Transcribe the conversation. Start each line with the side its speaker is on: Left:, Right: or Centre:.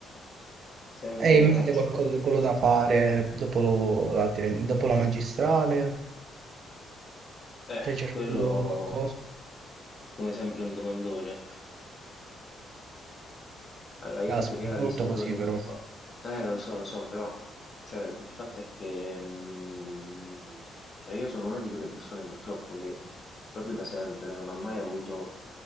Left: Sarà un
Right: E
Left: periodaccio
Right: in mente qualcosa,
Left: perché,
Right: quello da fare dopo la, tire- dopo la magistrale?
Left: eh,
Right: Stai cercando
Left: quello
Right: qualcosa?
Left: è come sempre un domandone. Allora, io
Right: Caspita,
Left: in teoria
Right: è brutto
Left: ho visto
Right: così
Left: quello che
Right: però.
Left: fa. Eh, lo so, lo so, però cioè, il fatto è che mh, cioè, io sono una di quelle persone purtroppo che proprio da sempre non ha mai avuto